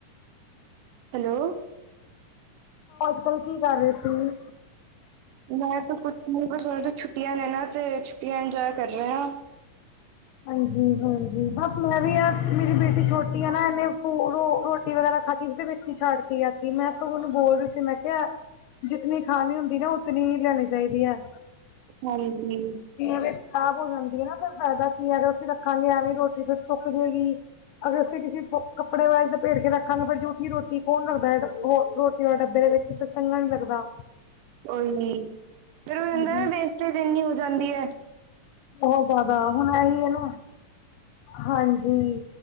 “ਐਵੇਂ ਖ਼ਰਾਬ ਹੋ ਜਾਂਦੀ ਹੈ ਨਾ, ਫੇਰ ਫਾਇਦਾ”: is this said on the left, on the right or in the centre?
Left